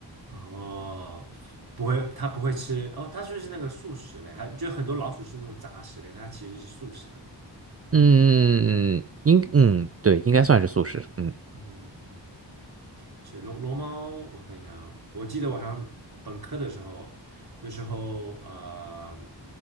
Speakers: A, on the right; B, on the right.
A: 嗯哼，哦，不会，它不会吃哦，它就是那个素食类，还就很多老鼠是那种杂食类，它其实是素食类。
B: 嗯，应嗯对，应该算是素食。嗯，
A: 嗯，嗯是龙龙猫，我看一下啊，我记得我好像本科的时候，那时候呃，